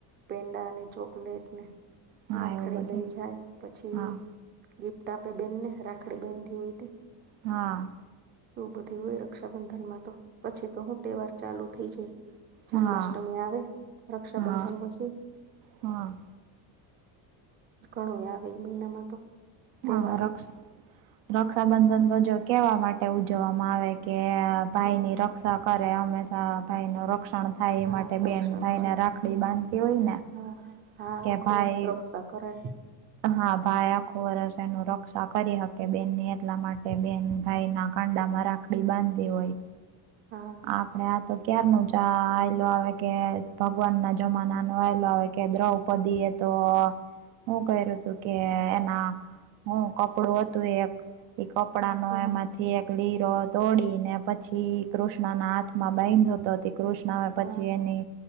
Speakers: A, on the right; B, on the right.
A: પેંડા અને ચોકલેટ ને
B: હા
A: રાખડી
B: એવું બધું
A: લઈ જાય પછી
B: હા
A: ગિફ્ટ આપે બેનને રાખડી બાંધી હોય હતી
B: હા
A: એું બધી હોય રક્ષાબંધન માં તો પછી તો હું તહેવાર ચાલુ થઇ જાય જન્માષ્ટમી
B: હા
A: આવે રક્ષાબંધન
B: હા
A: પછી
B: હા
A: ઘણું આવે એ મહિનામાં તો તહેવારો
B: હા ર રક્ષાબંધન તો જો કેવા માટે ઉજવવામાં આવે કે ભાઈની
A: હા
B: રક્ષા કરે હંમેશા ભાઈ નો રક્ષા રણ થાય
A: હા
B: એ માટે બેન
A: રક્ષણ
B: ભાઈને
A: કરે
B: રાખડી બાંધતી હોય ને
A: હા હા હા
B: કે
A: આખું
B: ભાઈ
A: વર્ષ રક્ષા કરે
B: હા ભાઈ આખું વર્ષ એનું રક્ષા કરી શકે બેનને એટલા માટે બેન ભાઈ ના કાંડામાં રાખ કકડી બાંધી હોય
A: હા
B: આપણે આ તો ક્યાર ન જ આવેલ આવે કે ભગવાન ના જમાના ન આવેલો આવે કે દ્રવ દીએ તો હું ક્યું તું કે એના હું કપડું હતું એક કપડાં નો
A: હા
B: એમાંથી એક લીરો દોડીને પછી કૃષ્ણ ના હાથમાં બેન જતો હતી કૃષ્ણ
A: હા
B: પછી એની